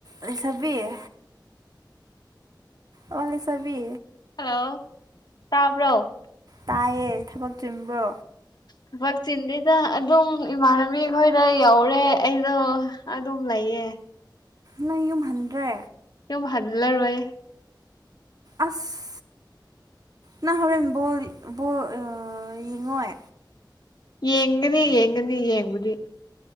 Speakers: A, on the right; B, on the left.
A: ꯂꯩꯁꯥꯕꯤ ꯑꯣ ꯂꯩꯁꯥꯕꯤ
B: ꯍꯜꯂꯣ ꯇꯥꯕ꯭ꯔꯣ
A: ꯇꯥꯏꯌꯦ ꯊꯕꯛ ꯆꯤꯟꯕ꯭ꯔꯣ
B: ꯊꯕꯛ ꯆꯤꯟꯗꯤꯗ ꯑꯗꯨꯝ ꯏꯃꯥꯟꯅꯕꯤ ꯈꯣꯏꯗ ꯌꯧꯔꯦ ꯑꯩꯗꯣ ꯑꯗꯨꯝ ꯂꯩꯌꯦ
A: ꯅ ꯌꯨꯝꯍꯟꯗ꯭ꯔꯦ
B: ꯌꯨꯝ ꯍꯟꯂꯔꯣꯏ
A: ꯑꯁ ꯅ ꯍꯧꯔꯦꯟ ꯕꯣꯜ ꯕꯣꯜ ꯑꯥꯥ ꯌꯦꯉꯣꯏ
B: ꯌꯦꯡꯒꯅꯤ ꯌꯦꯡꯒꯅꯤ ꯌꯦꯡꯕꯗꯤ